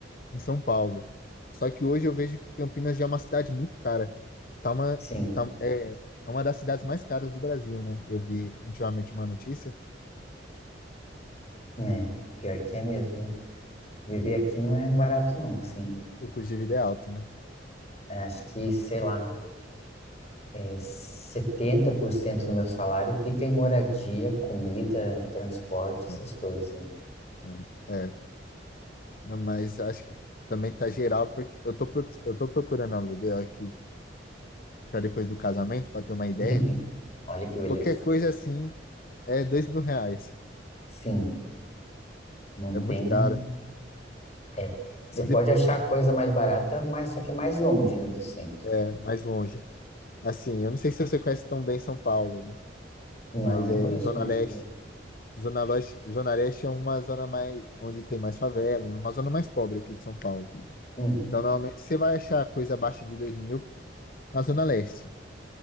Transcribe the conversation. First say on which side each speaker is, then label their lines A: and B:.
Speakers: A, on the left; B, on the left.
A: em São Paulo. Só que hoje eu vejo que Campinas já é uma cidade muito cara. Tá uma,
B: Sim,
A: tá, é, é uma das cidades mais caras do Brasil, né? Eu vi ultimamente uma notícia.
B: é. Pior que é mesmo. viu? Viver aqui não é barato, não, sim.
A: O custo de vida é alto, né?
B: Acho que, sei lá, é 70% do meu salário fica em moradia, comida, transporte, essas
A: É,
B: coisas, assim.
A: cara. É, não, mas acho que também tá geral, porque eu tô, proc- eu tô procurando aluguel aqui pra depois do casamento, pra ter uma ideia.
B: <laughs> Olha que beleza.
A: Qualquer coisa assim é dois mil reais.
B: Sim, não
A: É
B: tem.
A: muito caro.
B: É. Você
A: É, de-
B: pode achar coisa mais barata, mas só que é mais longe, né, do centro.
A: é mais longe. Assim, eu não sei se você conhece tão bem São Paulo, né?
B: Não,
A: Mas
B: não
A: é
B: conheço
A: Zona
B: muito
A: Leste.
B: bem.
A: Zona Leste, Zona Leste é uma zona mais onde tem mais favela, uma zona mais pobre aqui de São Paulo.
B: Hum.
A: Então, normalmente você vai achar coisa abaixo de dois mil na Zona Leste.